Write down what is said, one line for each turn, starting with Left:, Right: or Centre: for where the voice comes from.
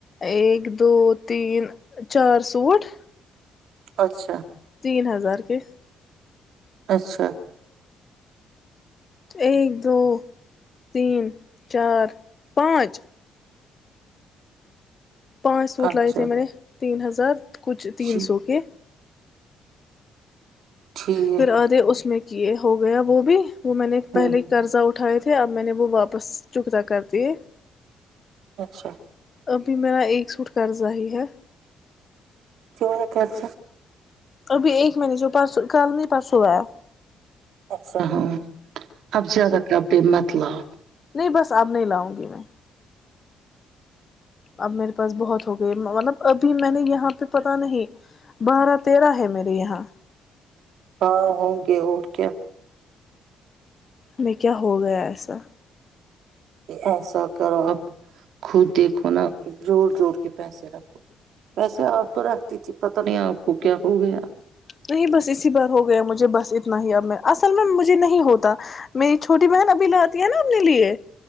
Left: ایک دو تین چار سوٹ
Right: اچھا
Left: تین ہزار کے
Right: اچھا
Left: ایک دو تین چار پانچ پانچ سوٹ
Right: اچھا
Left: لائے تھے میں نے تین ہزار کچھ تین
Right: جی
Left: سو کے
Right: ٹھیک
Left: پھر آدے اس میں یہ ہو گیا وہ بھی وہ میں نے پہلے
Right: ہاں
Left: قرضہ اٹھا اٹھائے تھے اب میں نے وہ واپس چکتا کر دیے
Right: اچھا
Left: ابھی میرا ایک سوٹ کررضہ ہی ہے
Right: چ اچھا
Left: ابھی ایک مہینے جو پس کل نہیں پرسوں ہوا ہے
Right: اچھا ہاں اب زیادہ کرے مت اخطلاف
Left: نہیں بس آپ نہیں لاؤں گی میں اب میرے پاس بہت ہو گئے مطلب ابھی میں نے یہاں پہ پتا نہیں بارہ تیرہ ہے میرے یہاں
Right: ہاں ہوں گے اور کیا
Left: ہمیں کیا ہو گیا ایسا
Right: کہ ایسا کرو آپ خود دیکھو نہ زور جوور کے پیسے رکھو پیسے آپ تو رکھتی تھی پتہ نہیں آپ کو کیا ہو گیا
Left: نہیں بس اسی بار ہو گیا مجھے بس اتنا ہی اب اصل میں مجھے نہیں ہوتا میری چھوٹی بہن ابھی لاتی ہے نا اپنے لیے